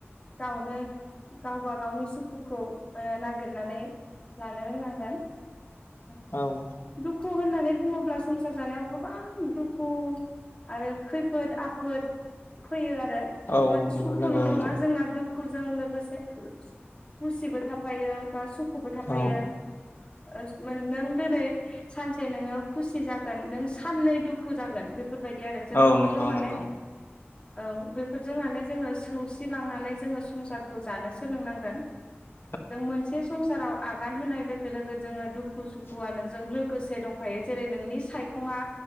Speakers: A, on the left (about 25°); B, on the left (about 60°).
A: गावनो गावबा गावनि सुखुखौ ओ नागिरनानै लानो रोंनांगोन। <unintelligible>
B: औ
A: दुखु होननानै बुङोब्ला संसार जानायाव गोबां दुखु आरो खैफोद आफोद फैयो आरो
B: औ नंगौ
A: सुखुल'
B: नंगौ नंगौ
A: नङा जोंना दुखु दुखुजों लोगोसे खुसिबो थाफायो बा सुखुबो थाफायो।
B: औ
A: ओ नों दिनै सानसे नोङो खुसि जागोन नों साननै दुखु जागोन बेफोरबायदि आरो जों
B: औ
A: बेफोरजों
B: नंगौ
A: माने
B: नंगौ
A: औ बेफोरजों माने जोंङो सौसिलांनानै जोंङो संसारखौ जानो सोलोंनांगोन।
B: <inaudible>
A: जों मोनसे संसाराव आगान होनाय लोगो लोगो जोंङो दुखु सुखुआ नोंजों लोगोसे दंफायो जेरै नोंनि सायखंआ